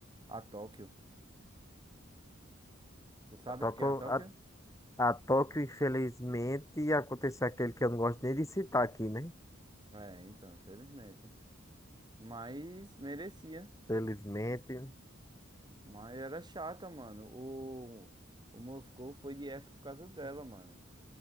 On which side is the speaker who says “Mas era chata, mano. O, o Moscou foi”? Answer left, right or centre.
Right